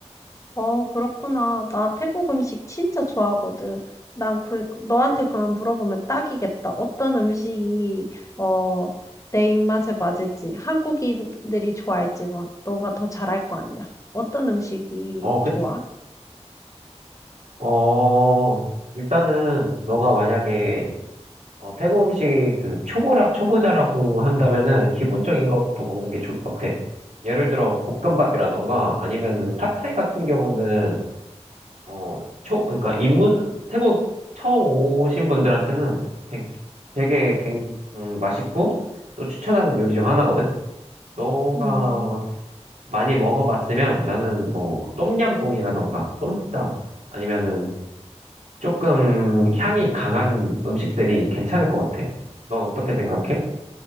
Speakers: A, on the left; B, on the right.
A: 어, 그렇구나. 나 태국 음식 진짜 좋아하거든. 난 그, 너한테 그만 물어보면 딱이겠다. 어떤 음식이, 어, 내 입맛에 맞을지, 한국인들이 좋아할지 막, 너가 더 잘할 거 아니야. 어떤 음식이
B: 어, 그,
A: 좋아?
B: 어, 일단은 너가 만약에 어, 태국 음식 그 초보라, 초보자라고 한다면은 기본적인 것부터 먹는 게 좋을 것 같아. 예를 들어 볶음밥이라던가 아니면은 팟타이 같은 경우는 어, 초, 그러니까 입문, 태국 처음 오신 분들한테는 되- 되게 갱- 음, 맛있고 또 추천하는 요리 중 하나거든? 너가
A: 음.
B: 많이 먹어봤으면 나는 뭐 똠얌꿍이라던가 똠땀 아니면은 조금 향이 강한 음식들이 괜찮을 것 같아. 넌 어떻게 생각해?